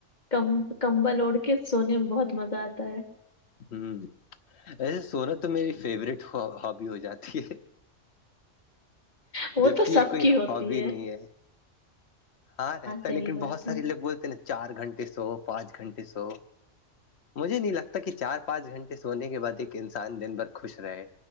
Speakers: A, on the left; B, on the left.
A: کم کمبل اوڑ کے سونے میں بہت مزہ آتا ہے
B: ہ ایسے سونا تو میری فیوریٹ ہابی ہو جاتی ہے
A: وہ
B: جبک
A: تو
B: یہ
A: سب
B: کوئی
A: کی ہوتی
B: ہابی نہیں ہے ہاں رہتا
A: صحیح
B: ہے لیکن
A: بات
B: بہت سارے
A: ہے
B: لوگ بولتے ہیں نا چار گھنٹے سو پانچ گھنٹے سو مجھے نہیں لگتا کہ چار پانچ گھنٹے سونے کے بعد ایک انسان دن بھر خوش رہے